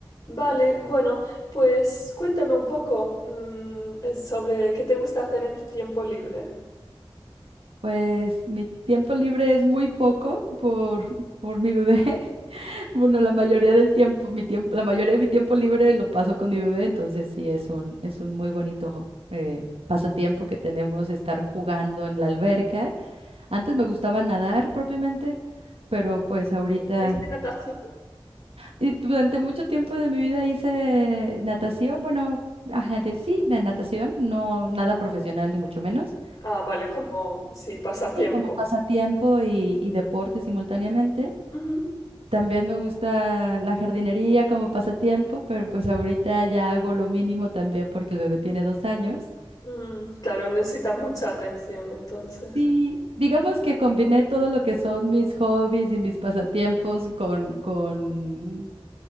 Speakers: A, on the left; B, on the right.
A: Vale, bueno, pues cuéntame un poco mm, eh, sobre qué te gusta hacer en tu tiempo libre.
B: Pues mi tiempo libre es muy poco por, por mi bebé. <laughs> Bueno, la mayoría del tiempo, mi tiempo, la mayoría de mi tiempo libre lo paso con mi bebé, entonces sí es un, es un muy bonito eh, pasatiempo que tenemos estar jugando en la alberca. Antes me gustaba nadar propiamente, pero pues ahorita,
A: ¿Hiciste natación?
B: y durante mucho tiempo de mi vida hice natación, bueno, ajá, de sí, de natación, no nada profesional ni mucho menos.
A: Ah, vale, como sí, pasatiempo.
B: Sí, como pasatiempo y, y deporte simultáneamente.
A: Ujú.
B: También me gusta la jardinería como pasatiempo, pero pues ahorita ya hago lo mínimo también porque el bebé tiene dos años.
A: Mm, claro, necesita mucha atención entonces.
B: Sí, digamos que combiné todo lo que son mis hobbies y mis pasatiempos con, con,